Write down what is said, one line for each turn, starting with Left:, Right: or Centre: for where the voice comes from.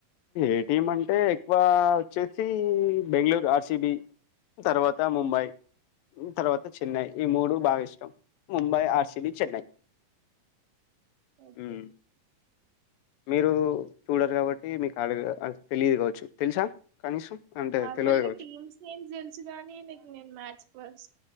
Left: ఏటీఎం అంటే ఎక్కువా వచ్చేసీ బెంగళూర్ ఆర్సిబి తర్వాత్ త ముంబై తర్వాత చెన్నై ఈ మూడు బాగా ఇష్టం ముంబై ఆర్సిబి చెన్నై
Right: ఓకే
Left: మ్మ్. మీరు చూడరు కాబట్టి మీక్ ఆడ తెలియదు కావచ్చు తెలుసా కనీసం అంటే
Right: నార్మల్గ
Left: తెలియదు కావచ్చు
Right: టీమ్స్ నేమ్స్ తెలుసు కాని నీక్ నేను మ్యాచ్ ఫస్ట్